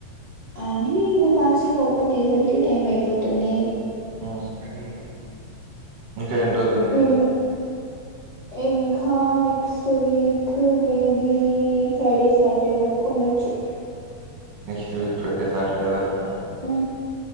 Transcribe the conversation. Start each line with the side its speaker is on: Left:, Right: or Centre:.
Left: అనీ ఇంక ఫాస్టింగ్ ఓపెన్ చేసేలకి టైం అయిపోతుంది
Right: <unintelligible> ఇంకా ఎన్ని రోజులుంది
Left: మినిమం ఇంకా next week maybe Friday Saturday వరకు ఉండొచ్చు
Right: నెక్స్ట్ వీక్ ఫ్రైడే సాటర్డే వరకు
Left: ఊ